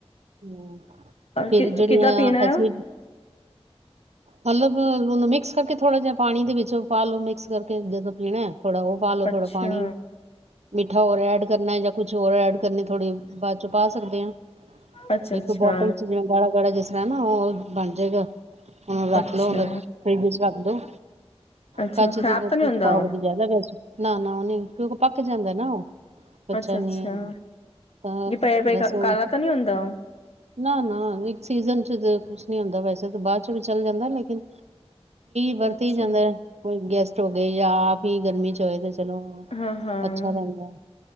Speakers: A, on the right (about 80°); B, on the left (about 65°).
A: ਹਮ, ਫਿਰ
B: ਕਿ
A: ਜਿਹੜੀਆਂ
B: ਕਿੱਦਾਂ ਪੀਣਾ
A: ਅਸੀਂ
B: ਆ।
A: ਮਤਲਬ ਹੁਣ ਮਿਕਸ ਕਰਕੇ ਥੋੜਾ ਜਿਹਾ ਪਾਣੀ ਦੇ ਵਿੱਚੋਂ ਪਾਾਲੋ ਮਿਕਸ ਕਰਕੇ ਜਦੋਂ ਪੀਣਾ ਥੋੜਾ ਉਹ ਪਾ ਲ ਲੋ
B: ਅੱਛਾ
A: ਥੋੜਾ ਪਾਣੀ ਮਿੱਠਾ ਰ ਐਡ ਕਰਨਾ ਜਾਂ ਕੁਛ ਹੋਰ ਐਡ ਕਰਨੀ ਥੋੜੀ ਬਾਕੀ ਚ ਪਾ ਸਕਦੇ ਹਾਂ
B: ਅੱਛਾ ਅੱਛਾ
A: ਇੱਕ ਬੋਟਲ ਚ ਜਿਵੇਂ ਗਾੜਾ ਗਾੜਾ ਜਿਸ ਨਾ ਉਹ ਬਣ ਜਾਏਗਾ। ਉਹ ਨੂੰ ਰੱਖਲੋ
B: ਅੱਛਾ
A: ਫਰਿਜ ਚ ਰਖ ਲੋ।
B: ਅੱਛਾ
A: ਕਾਛੀ
B: ਖ਼ਰਾਬ
A: ਦੀ ਬੋਤਲ
B: ਤਾਂ ਨਹੀਂ ਹੁੰਦਾ
A: ਚ ਪਾਓਗੇ
B: ਉਹ
A: ਤਾ ਜ਼ਿਆਦਾ ਬੈਸਟ ਐ। ਨਾ ਨਾ ਉਹ ਨਹੀਂ ਕਿਉਂਕਿ ਪੱਕ ਜਾਂਦਾ ਨਾ ਉਹ ਕੱਚਾ
B: ਅੱਛਾ
A: ਨਿੰਬੂ
B: ਅੱਛਾ
A: ਤਾਂ
B: ਜੇ ਪਏ ਪਏ
A: ਬਸ ਉਹ
B: ਕਾਲਾ ਤਾਂ ਨਹੀਂ ਹੁੰਦਾ
A: ਨਾ ਨਾ ਇੱਕ ਸੀਜਨ ਚ ਨਹੀਂ ਹੁੰਦਾ ਵੈਸੇ ਤਾਂ ਬਾਅਦ ਚ ਵੀ ਚੱਲ ਜਾਂਦਾ ਲੇਕਿਨ ਵਰਤੀ
B: ਅੱਛਾ
A: ਹੀ ਜਾਂਦਾ ਕੋਈ ਗੈਸ ਹੋ ਗਏ ਜਾਂ ਗਰਮੀ ਚ ਹੋਏ ਚਲੋ
B: ਹਾਂ ਹਾਂ
A: ਅੱਛਾ ਰਹਿੰਦਾ